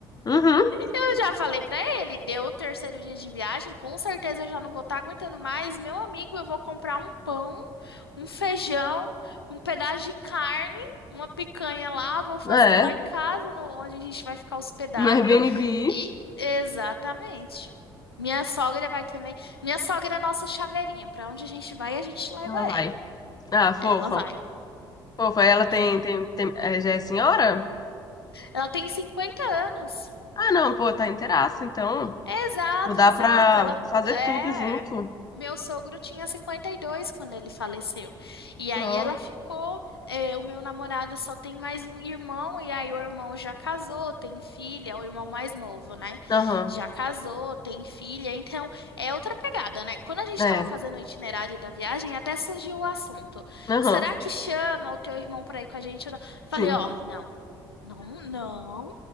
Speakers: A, on the left; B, on the left.
A: Uhum.
B: Eu já falei pra ele, deu o terceiro dia de viagem, com certeza eu já não vou estar aguentando mais. Meu amigo, eu vou comprar um pão, um feijão, um pedaço de carne, uma picanha lá, vou fazer
A: É.
B: lá em casa, no- onde a gente vai ficar hospedado.
A: No Airbnb.
B: E exatamente. Minha sogra vai também. Minha sogra é nossa chaveirinha. Pra onde a gente vai, a gente leva
A: Ela vai.
B: ela.
A: Ah, fofa.
B: Ela vai.
A: Fofa, ela tem,
B: É.
A: tem, tem- é, já é senhora?
B: Ela tem 50 anos.
A: Ah, não, pô, tá inteiraça, então.
B: Exato,
A: Tipo, dá
B: exato.
A: pra
B: Ela
A: fazer
B: é.
A: tudo junto.
B: Meu sogro tinha 52 quando ele faleceu. E aí
A: Não.
B: ela ficou. é, o meu namorado só tem mais um irmão, e aí o irmão já casou, tem filha, é o irmão mais novo, né?
A: Aham.
B: Já casou, tem filha. Então é outra pegada, né? Quando a gente
A: É.
B: estava fazendo o itinerário da viagem, até surgiu o assunto:
A: Aham.
B: será que chama o teu irmão para ir com a gente? ou não? Falei,
A: Sim.
B: ó, não. Não, não.